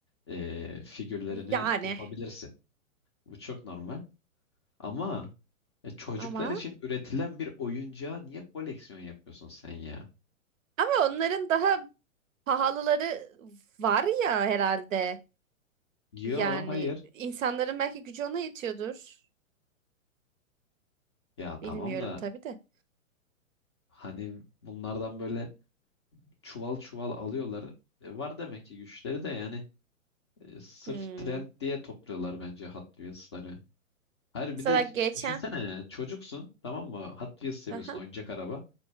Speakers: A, on the left; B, on the right.
A: e, figürlerini
B: Yani
A: yapabilirsin. Bu çok normal. Ama e, çocuklar
B: ama
A: için üretilen bir oyuncağa niye koleksiyon yapıyorsun sen ya?
B: ama onların daha pahalıları var ya herhalde.
A: Yo,
B: Yani
A: hayır.
B: insanların belki gücü ona yetiyordur.
A: Ya tamam
B: Bilmiyorum
A: da
B: tabii de.
A: hani bunlardan böyle çuval çuval alıyorlar. E, var demek ki güçleri de yani e, sırf
B: Hmm.
A: trend diye topluyorlar bence Hot Wheels'ları. Hayır
B: Mesela
A: bir de
B: geçen
A: düşünsene çocuksun tamam mı? Hot Wheels seviyorsun
B: Aha.
A: oyuncak araba.